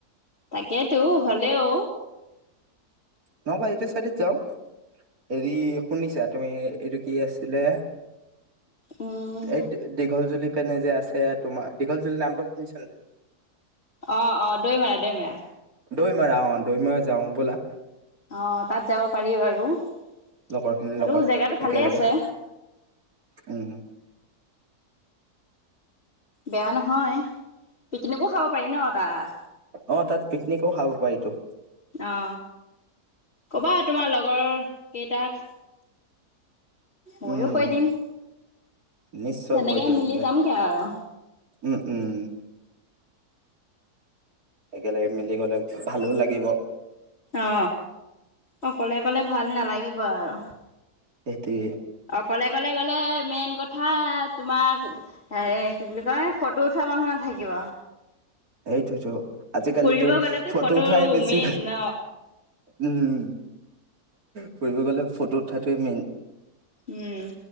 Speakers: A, on the left (about 40°); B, on the right (about 65°).
A: তাকেতো হ'লেও
B: নহবা এইটো চাইডত যাও। হেৰি শুনিছা? তুমি এইটো কি আছিলে
A: উম
B: এই দীঘল যদি পেনে যে আছে তোমাৰ দীঘল চুলি নামটো শুনিচান নাই?
A: অ, অ, দৈমাৰা দৈমাৰা।
B: দৈমাৰা অ দৈমাৰা যাওঁ ব'লা।
A: অ, তাত যাব পাৰি বাৰু। সেটো
B: লগৰ খিনিৰ লগত
A: জেগাটো ভালেই
B: একেলগে
A: আছে।
B: উম
A: বেয়া নহয়, পিকনিকো খাব পাৰি ন তাত।
B: অ, তাত পিকনিকো খাব পাৰি টো।
A: অ, ক'বা তোমাৰ লগৰ কেইটাক। মইয়ো
B: উম
A: কৈ দিম।
B: নিশ্চয়
A: তেনেকে
B: কৈ দিম
A: মিলি
B: দিয়া,
A: যামগে আৰু
B: উম উম। একেলগে মিলি গ'লে ভালো লাগিব।
A: অ, অ অকলে গ'লে ভাল নালাগিব আৰু।
B: সেইটোৱে
A: অকলে অকলে গ'লে মেইন কথা তোমাক এ কি বুলি কয় ফটো উঠোৱা মানুহ নাথাকিব।
B: সেইটোৱেটো আজিকালিতো
A: ফুৰিব গ'লেতো
B: ফটো উঠাই বেছি
A: মেইন ন
B: উম ফুৰিব গলে ফটো উঠাটোৱে মেইন।
A: উম